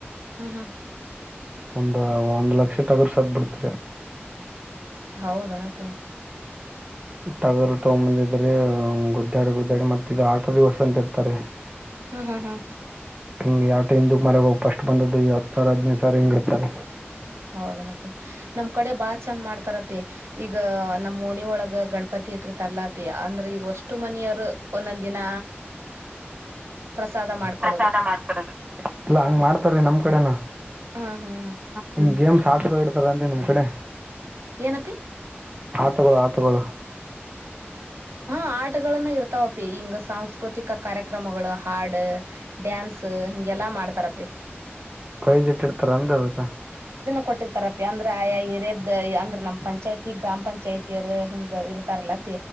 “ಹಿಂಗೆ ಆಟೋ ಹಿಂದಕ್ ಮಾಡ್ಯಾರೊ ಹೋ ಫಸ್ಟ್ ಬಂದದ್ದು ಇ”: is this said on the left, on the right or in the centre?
Right